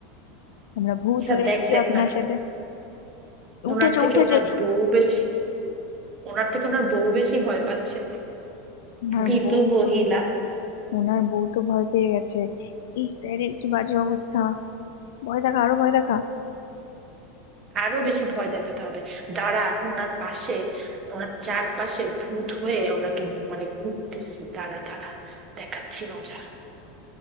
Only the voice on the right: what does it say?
আচ্ছা
দেখ
দেখ
না
ওনার
থেকে
ওনার বউ বেশি ওনার থেকে ওনার বউ বেশি ভয় পাচ্ছে
ভীতু
মহিলা
আরো বেশি ভয় দেখাতে হবে দাঁড়া আমি ওনার পাশে ওনার চারপাশে ভূত হয়ে ওনাকে মানে ঘুরতেছি দাঁড়া দাঁড়া দেখাচ্ছি মজা